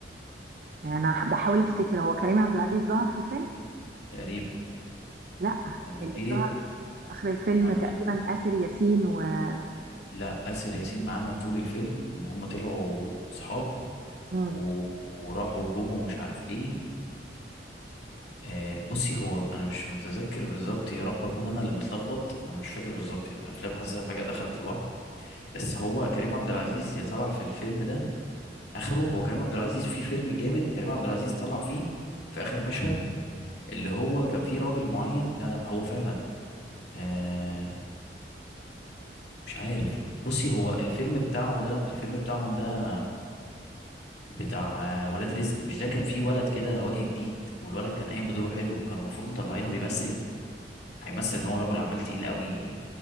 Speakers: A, on the right; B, on the left.
A: يعني انا بحاول افتكر هو كريم عبد العزيز ظهر في الفيلم
B: تقريبا
A: لا
B: لما
A: اللي
B: جه
A: ظهر في اخر الفيلم
B: امال
A: تقريبا
B: مين
A: آسر ياسين و اه
B: لا آسر ياسين معاهم طول الفيلم ان هم طلعوا صحاب
A: مم.
B: و... وراحوا جم ومش عارف ايه آه بصي هو انا مش متذكر بالظبط يا رب اكون انا اللي متلخبط انا مش فاكر بالظبط يعني الافلام حاسسها فجأة دخلت في بعض بس هو كريم عبد العزيز يا طلع في الفيلم ده اخره هو كريم عبد العزيز في فيلم جامد كريم عبد العزيز طلع فيه في اخر مشهد اللي هو كان فيه راجل معين لا لا هو فعلا آه مش عارف بصي هو الفيلم بتاعه ده الفيلم بتاعهم ده بتاع آه، ولاد رزق مش ده كان فيه ولد كده وجه جديد والولد كان قايم بدوره حلو وكانوا المفروض مطلعينه بيمثل هيمثل ان هو رجل اعمال تقيل قوي